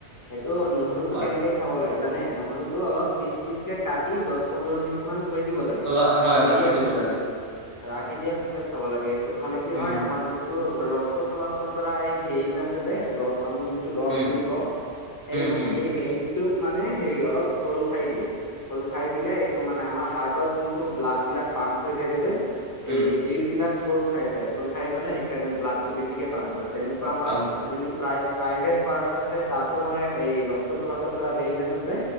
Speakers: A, on the left; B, on the right.
A: সেইটো নহৰুতটো
B: হয়,
A: কেনেকে খাব লাগে জানে নহৰুতো অলপ পিচ পিচ কে কাটি দহ পোন্ধৰ মিনিট মান থৈ দিব লাগে
B: ৰা হয়,
A: থৈ
B: ৰাখি
A: দিয়াৰ
B: দিব লাগে,
A: ৰা দিয়াৰ পিছত খাব লাগে এইটো খালে কি
B: উম,
A: হয় আমাৰ যোনটো ৰক্ত চলাচল কৰা এই ভেইন আছে যে, ৰ আমি যিটো ৰক
B: উম,
A: বুলি কওঁ,
B: হুম,
A: এই ভক
B: হুম,
A: ভেইন তোক মানে হেৰি অলপ খোল খাই দিয়ে। খোল খাই দিলে এইটো মানে আমাৰ হাৰ্টত যোনটো ব্লাড বিলাক পাম্প হৈ থাকে যে
B: হুম,
A: এই শিৰ বিলাক খোল খাই যায় খোল খাই গলে সেইকাৰণে ব্লাড টো বেছিকে পাম্প কৰে। তেনেকুৱা আমাৰ
B: কাম কৰে,
A: যোনটো প্ৰায় প্ৰাইভেট পাৰ্টচ আছে তাতো মানে এই ৰক্ত চলাচল কৰা ভেইন আছে যে